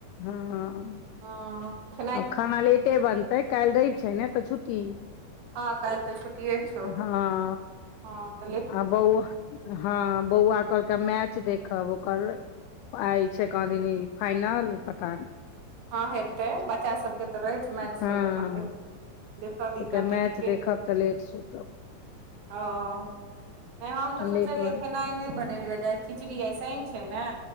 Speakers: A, on the left; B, on the right.
A: हँ
B: ह खेल
A: आ खाना लेटे बनतै काल्हि दव छै ने तऽ छुट्टी। हँ
B: हँ काल्हि तऽ छुट्टिये छौ हँ ते
A: आ बौआ हँ बौआ कहलक मैच देखब ओकर आइ छै काँदीनी फाइनल। पता नहि
B: हँ हेतै बच्चा सबके तऽ रहै छै मैथ
A: हँ
B: तऽ अपन देखखा
A: कहलकै
B: दता तऽ
A: मैच
B: ठीके।
A: देखब तऽ लेट सुतब
B: ओ नहि हम
A: अपन
B: तऽ सोचलियै
A: लेट बन
B: खेनाइ नहि बनेलियै जा। खिचड़ी ऐसेन छै ने।